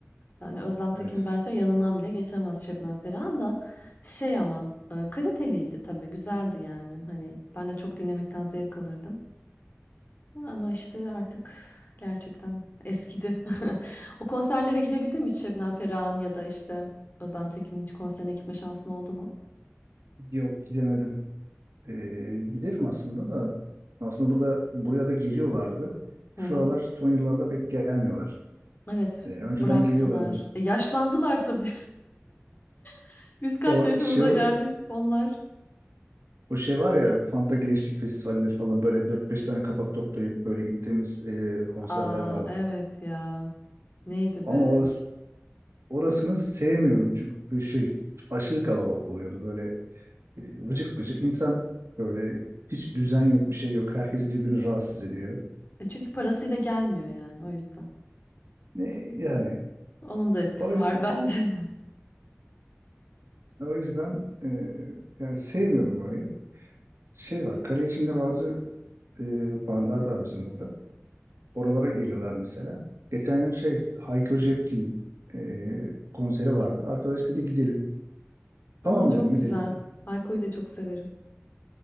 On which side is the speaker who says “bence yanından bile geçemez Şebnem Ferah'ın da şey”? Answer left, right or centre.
Left